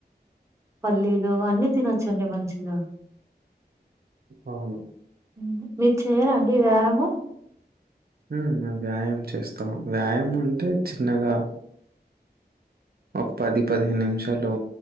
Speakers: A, on the right; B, on the right.
A: పల్లీలు అన్ని తినొచ్చండి మంచిగా
B: అవును
A: హ్మ్. మీరు చెయారా అండి వ్యాయామం
B: ఉ మేము వ్యాయామ చేస్తాం వ్యాయామం అంటే చిన్నగా ఒక పది పదిహేను నిమిషాలు